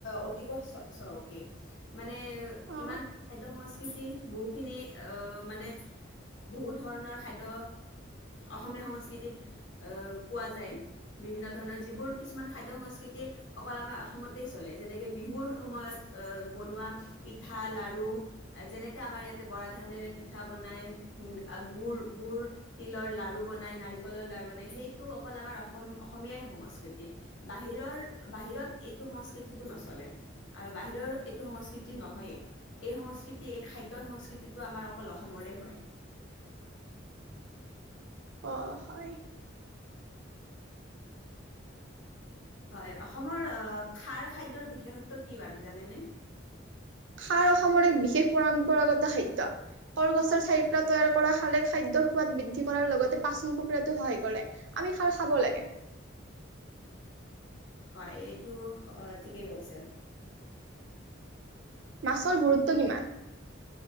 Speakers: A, on the left; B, on the right.
A: অতিকৈ চ চহকী মানে
B: অ',
A: ইমান খাদ্য সং সংস্কৃতি বহুখিনি আহ মানে বহু ধৰণৰ খাদ্য অসমীয়া সংস্কৃতিত আহ পোৱা যায় বিভিন্ন ধৰণৰ যিবোৰ কিছুমান খাদ্য সংস্কৃতি অকল আমাৰ অসমতে চলে যেনেকে বিহুৰ সময়ত আহ বনোৱা পিঠা লাডু আৰু যেনেকে আমাৰ ইয়াতে বৰা ধানেৰে পিঠা বনাই। গুড় গুড় তিলৰ লাডু বনায় নাৰিকলৰ লাডু বনায় সেইটো অকল আমাৰ অসম অসমীয়াই সংস্কৃতি বাহিৰৰ। বাহিৰত এইটো সংস্কৃতিটো নচলে আৰু বাহিৰৰ এইটো সংস্কৃতি নহয়েই এই সংস্কৃতি এই খাদ্যৰ সংস্কৃতিটো আমাৰ অকল অসমৰে হয়।
B: অহ হয়
A: হয় অসমৰ খাৰ খাদ্যৰ বিশেষত্ব কি বাৰু জানেনে
B: খাৰ অসমৰ এক বিশেষ পৰম্পৰাগত খাদ্য কলগছৰ চাইৰ পৰা তৈয়াৰ কৰা খাৰে খাদ্যৰ সোৱাদ বৃদ্ধি কৰাৰ লগতে পাচন প্ৰক্ৰিয়াতো সহায় কৰে আমি খাৰ খাব লাগে
A: হয় এইটো ঠিকেই কৈছে
B: মাছৰ গুৰুত্ব কিমান